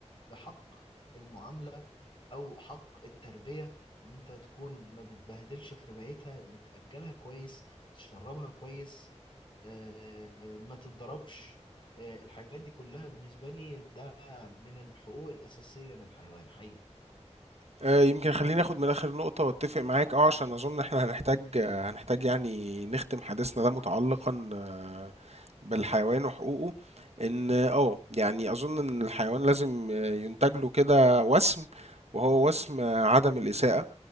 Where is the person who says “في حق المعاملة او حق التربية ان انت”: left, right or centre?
Left